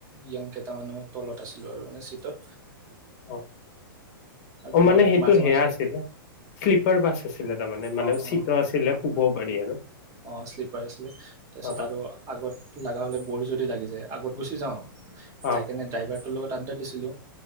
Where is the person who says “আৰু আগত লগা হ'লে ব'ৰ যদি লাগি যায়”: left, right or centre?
Right